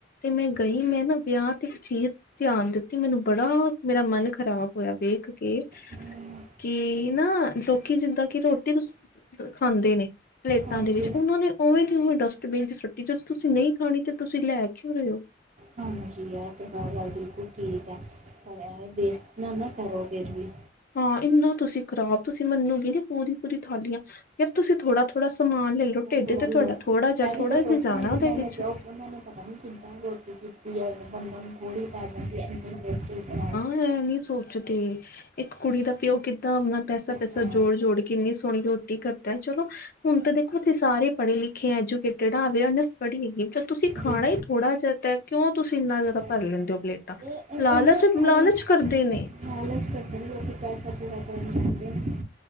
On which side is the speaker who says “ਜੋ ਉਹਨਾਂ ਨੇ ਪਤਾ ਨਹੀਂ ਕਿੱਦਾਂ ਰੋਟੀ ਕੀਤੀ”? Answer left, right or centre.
Right